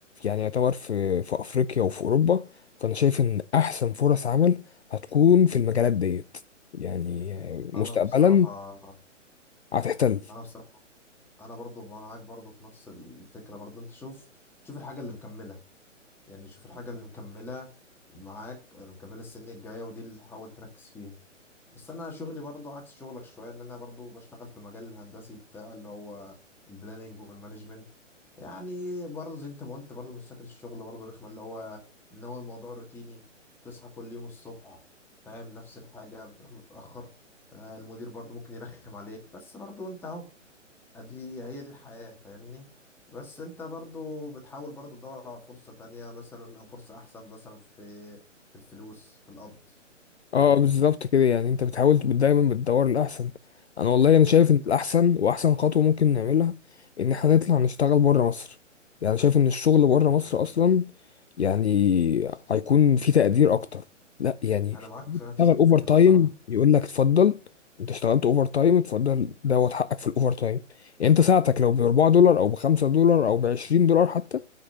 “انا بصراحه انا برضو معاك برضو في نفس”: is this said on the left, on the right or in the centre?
Centre